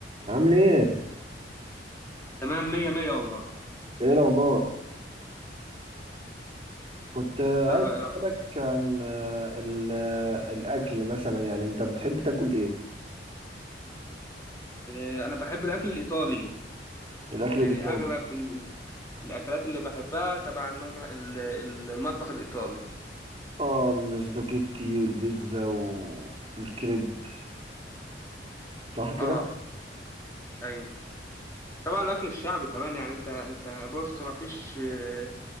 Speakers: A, on the right (about 30°); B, on the left (about 15°).
A: عامل ايه؟
B: تمام مية مية والله
A: ايه الاخبار؟ كنت آه،
B: تع-
A: عايز اسالك عن آه، ال- آه، الاكل مثلا يعني انت بتحب تاكل ايه؟
B: آه، أنا بحب الأكل الإيطالي
A: الاكل
B: يعني
A: الايطالي
B: أغلب ال- الأكلات اللي بحبها تبع المغل... ال- ال- المطبخ الإيطالي
A: اه الاسباجيتي والبيتزا والكريب صح كده؟
B: آه أيوه طبعا الأكل الشعبي كمان يعني أنت أنت بص مفيش آه،